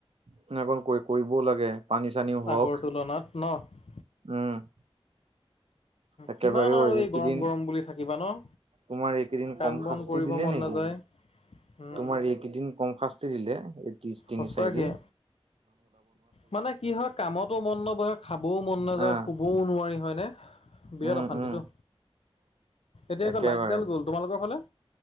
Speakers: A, on the right; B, on the left.
A: সনেকৈ পৰিবও লাগে পানী চানীও হওক,
B: আগৰ তুলনাত ন
A: উম, একেবাৰে
B: কিমান আৰু এই
A: এইকেইদিন
B: গৰম-গৰম বুলি থাকিবা ন।
A: তোমাৰ এইকেইদিন
B: কাম
A: কম
B: বন
A: শাস্তি
B: কৰিব
A: দিলে
B: মন
A: নেকি।
B: নাযায় উম
A: তোমাৰ এইকেইদিন কম শাস্তি দিলে এই তিনি
B: সঁচাকে
A: চাৰিদিন।
B: মানে কি হয় কামতো মন নবহে খাবও মন নাযায়
A: আহ
B: শুবও নোৱাৰি হয়। বিৰাট
A: উম
B: অশান্তিতো
A: উম
B: এতিয়া
A: একেবাৰে
B: আৌ লাইটডাল গ'ল তোমালোকৰ ফালে